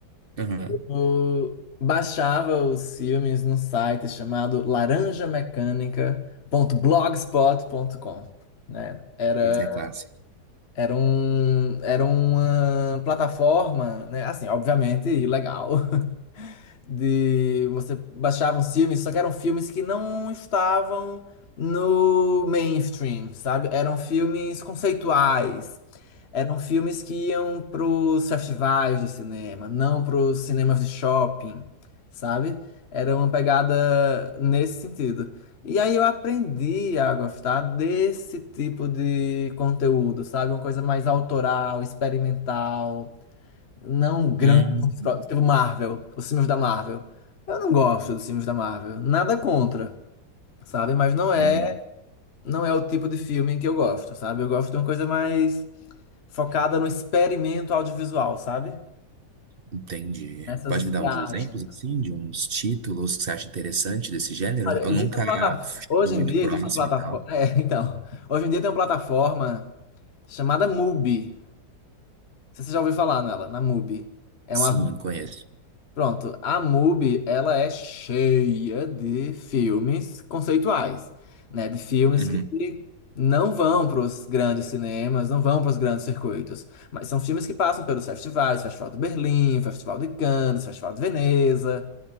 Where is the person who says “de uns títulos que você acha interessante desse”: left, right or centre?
Right